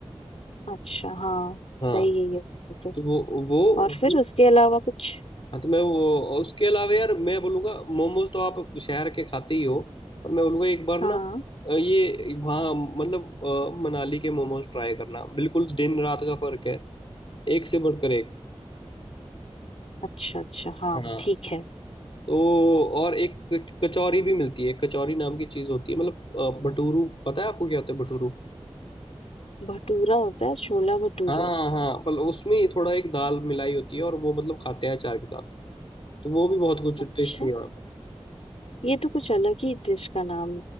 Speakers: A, on the left; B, on the left.
A: अच्छा हाँ
B: हाँ
A: सही है ये तो
B: तो वो वो
A: और फिर उसके अलावा कुछ
B: हाँ तो मैं वो और उसके अलावा यार मैं बोलूँगा मोमोज तो आप शहर के खाते ही हो पर मैं बोलूँगा एक बार ना
A: हाँ
B: अ, ये वहाँ मतलब अ, मनाली के मोमोज ट्राई करना बिल्कुल दिन रात का फर्क है एक से बढ़कर एक
A: अच्छा अच्छा हाँ
B: हाँ
A: ठीक है
B: तो और एक कच- कचौरी भी मिलती है कचौरी नाम की चीज होती है मतलब अ, भटूरू पता है आपको क्या होता है भटूरू
A: भटूरा होता है छोला भटूरा
B: हाँ हाँ मतलब उसमें ही थोड़ा एक दाल मिलाई होती है और वो मतलब खाते हैं अचार के साथ तो वो भी बहुत कुछ
A: अच्छा
B: टेस्टी है वहाँ पे
A: ये तो कुछ अलग ही डिश का नाम